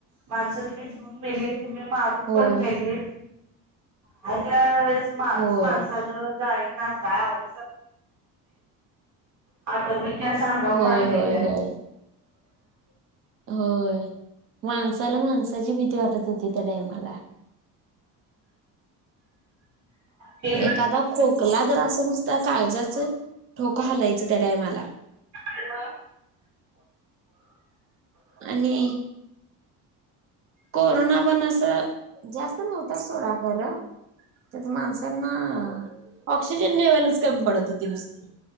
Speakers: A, on the right; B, on the right.
A: माणसं मीी भिऊन मेलीत मी मी मारून
B: होय
A: पण मेलीत ह त्या वेळेस मा
B: होय
A: माण काय अव आ सांगा
B: होय
A: काटेच्या
B: होय होय होय माणसाला माणसाची भीती वाटत होती त्या डाम मला
A: ठी
B: एखादा खोकला तर असं नुसता काळजाच ठोका हलायचं त्या टायमाला
A: हॅलो
B: आणि कोरोना पण असं जास्त नव्हत सोडा खरं त्यात माणसांना ऑक्सिजन लेवलच कमी पडत होती नुसती.